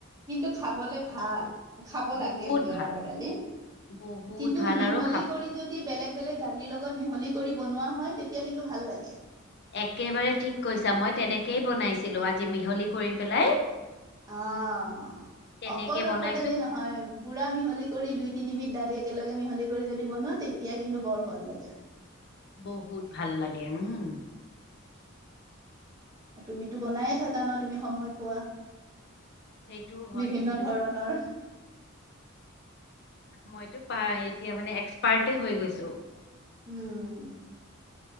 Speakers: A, on the right; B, on the left.
A: কিন্তু খাবলে ভাল খাব লাগে
B: বহুত
A: বোলে
B: ভাল
A: ৰহৰ দালি
B: বহুত
A: কিন্তু
B: ভাল
A: মিহলি
B: আৰু খাব
A: কৰি যদি বেলেগ বেলেগ দালি লগ লগত মিহলি কৰি বনোৱা হয় তেতিয়া কিন্তু ভাল লাগে।
B: একেবাৰে ঠিক কৈছা মই তেনেকেই বনাইছিলোঁ আজি মিহলি কৰি পেলাই।
A: অ
B: তেনেকে
A: অকল ৰহৰ
B: বনাইছো
A: দালি নহয় পুৰা মিহলি কৰি দুই তিনিবধ দালি এক একেলগে মিহলি কৰি যদি বনোৱা তেতিয়া কিন্তু বৰ সোৱাদ লাগে।
B: বহুত ভাল লাগে উম
A: আৰু তুমিতো বনায়ে থাকা ন তুমি সময় পোৱা।
B: সেইটোও হয়
A: বিভিন্ন
B: তুমিতো
A: ধৰণৰ
B: মইতো পাই- এতিয়া মানে এক্সপাৰ্টে হৈ গৈছো।
A: উম